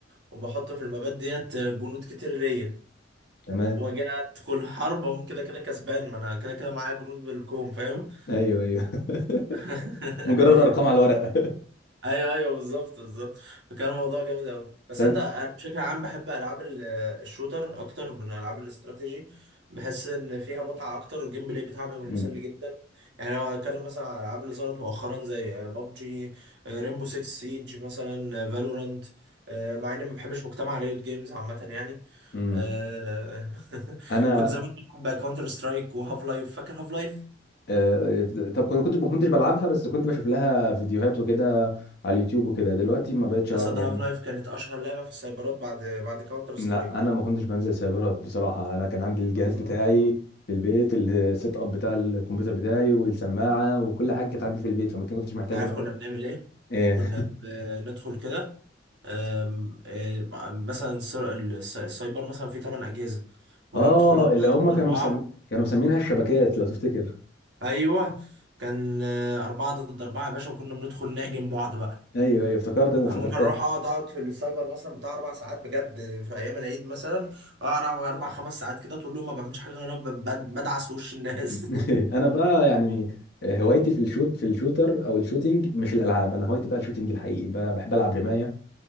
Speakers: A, on the right; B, on the left.
A: وبحط في المبات ديت جنود كتير ليا
B: تمام
A: واجي ادخل حرب أقوم كده كده كسبان ما انا كده كده معايا جنود بالكوم فاهم
B: ايوه ايوه
A: <laughs>
B: <laughs> مجرد ارقام على الورق
A: ايوه ايوه بالظبط بالظبط فكان الموضوع جامد قوي بس
B: <laughs>
A: انت انا بشكل عام بحب العاب ال- الشوتر اكتر من العاب الاستراتيجي بحس ان فيها متعه اكتر والجيم بلاي بتاعها بيبقى
B: فانت
A: مسلي جدا يعني لو هتكلم مثلا على الالعاب اللي ظهرت مؤخرا زي ببجي ريمبو 6 سيج مثلا فالورانت مع اني ما بحبش مجتمع ريوت جيمز عامه يعني
B: امم
A: آه، <laughs>
B: انا
A: كنت زمان بلعب كاونتر سترايك وهاف لايف فاكر هاف لايف
B: آه، طب كنت كنت ما كنتش بلعبها بس كنت بشوف لها فيديوهات وكده على اليوتيوب وكده دلوقتي ما بقتش
A: يا
B: ألعب
A: اسطى
B: يعني
A: هاف لايف كانت اشهر لعبه في السايبرات بعد بعد كاونتر سترايك
B: لا انا ما كنتش بنزل سايبرات بصراحه انا كان عندي الجهاز
A: اه
B: بتاعي في البيت السيت اب بتاع الكمبيوتر بتاعي والسماعه وكل حاجه كانت عندي في البيت فما كنتش
A: انت
B: محتاج
A: عارف
B: ان انا
A: كنا بنعمل ايه
B: ايه
A: كنا بندخل كده آم، آه، مثلا السر- الس- السايبر مثلا فيه 8 اجهزه وانا
B: اه
A: بندخل 4
B: اللي هم
A: ضد
B: كانوا
A: 4
B: مسم... كانوا مسمينها الشبكات لو تفتكر
A: ايوه كان 4 ضد 4 يا باشا وكنا بندخل نعجن بعض بقى
B: ايوه ايوه افتكرت انا افتكرتها
A: أنا ممكن اروح اقعد اقعد في السايبر مثلا بتاع اربع ساعات بجد في ايام العيد مثلا اقعد اربع خمس ساعات كده طول اليوم ما بعملش حاجه غير إن انا ب- ب- بدعس وش الناس
B: <laughs> انا بقى يعني هوايتي في الشوت في الشوتر او الشوتينج مش الالعاب انا هوايتي بقى الشوتينج الحقيقي بقى بحب العب رمايه